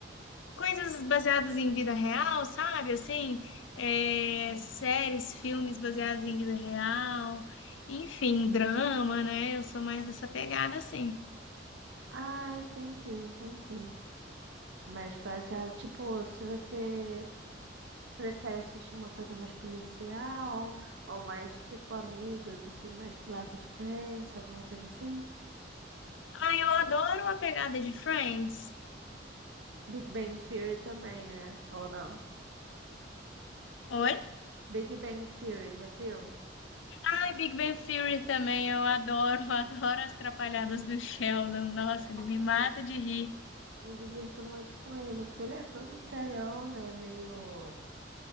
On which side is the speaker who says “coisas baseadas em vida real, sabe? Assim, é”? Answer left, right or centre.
Left